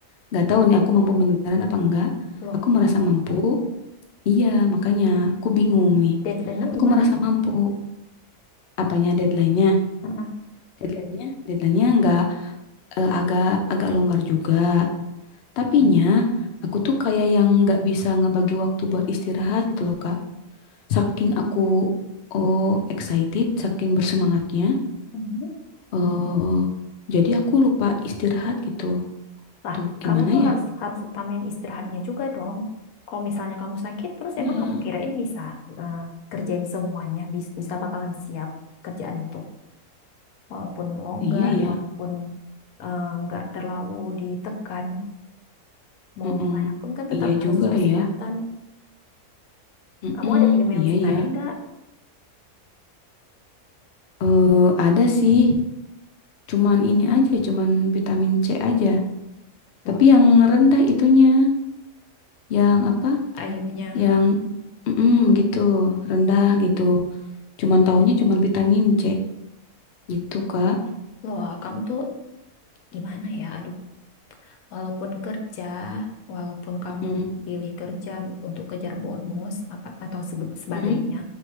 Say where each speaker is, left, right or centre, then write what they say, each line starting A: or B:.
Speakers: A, on the left; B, on the left.
A: nggak tahu nih aku mampu beneran apa enggak
B: Loh,
A: aku merasa mampu iya makanya aku bingung nih
B: deadline-nya
A: aku
B: di mana?
A: merasa mampu apanya deadline-nya
B: Mm-mm.
A: deadline-nya deadline-nya nggak eh, agak agak longgar juga tapinya
B: Mhm.
A: aku tuh kayak yang nggak bisa ngebagi waktu buat istirahat gitu loh Kak saking aku oh excited saking bersemangatnya
B: Mhm.
A: eh jadi aku lupa istirahat gitu
B: Lah,
A: tuh gimana
B: kamu tuh
A: ya
B: harus harus utamain istirahatnya juga dong. Kalau misalnya kamu sakit, terus
A: Iya,
B: emang kamu kirain bisa eh, kerjain semuanya, bis- bisa bakalan siap kerjaan itu. Walaupun longgar,
A: iya ya.
B: walaupun eh, nggak terlalu ditekan, mau
A: Mm-mm.
B: gimana pun kan tetap
A: Iya
B: harus
A: juga
B: kesehatan.
A: ya. Mm-mm,
B: Kamu ada minum-minum
A: iya
B: vitamin
A: iya.
B: nggak?
A: Hmm. Eh ada sih. Cuman ini aja, cuman vitamin C aja.
B: Loh,
A: Tapi yang rendah itunya, yang apa?
B: Ayunya.
A: Yang mm-mm, gitu, rendah gitu. Cuman taunya cuman vitamin C gitu, Kak.
B: Loh, kamu tuh gimana ya? Aduh, walaupun kerja, walaupun kamu
A: Mm-mm,
B: pilih kerja untuk kejar bonus apa atau sebe- sebagainya,
A: mm-mm,